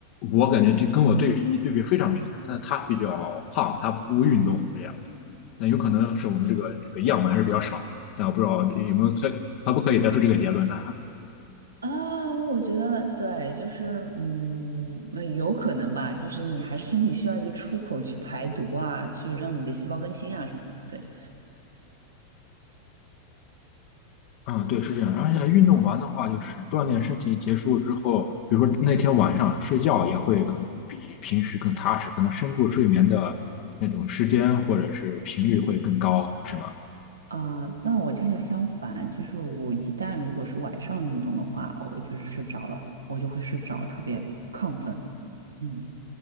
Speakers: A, on the left; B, on the right.
A: 我感觉就跟我对比一对比非常明显，但是他比较胖，他不运动，这样。但有可能是我们这个这个样本还是比较少，但我不知道有没有可可不可以得出这个结论呢？
B: 啊，我觉得对，就是嗯，呃有可能吧，就是你还是身体需要一个出口去排毒啊，去让你的细胞更新啊什么的。对
A: 啊，对，是这样。而且运动完的话，就是锻炼身体结束之后，比如说那天晚上睡觉也会可能比平时更踏实，可能深度睡眠的那种时间或者是频率会更高，是吗？
B: 啊，但我恰恰相反，就是我一旦如果是晚上运动的话，我就是睡不着了，我就会睡不着，特别亢奋。嗯。